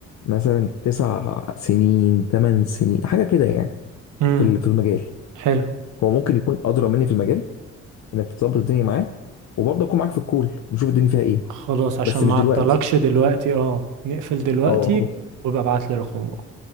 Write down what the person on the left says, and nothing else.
مثلا تسع سنين ثمان سنين حاجه كده يعني
في ال- في المجال
هو ممكن يكون ادرى مني في المجال انك تظبط الدنيا معاه وبرضه اكون معاك في الكول ونشوف الدنيا فيها ايه
بس
مش دلوقتي
اه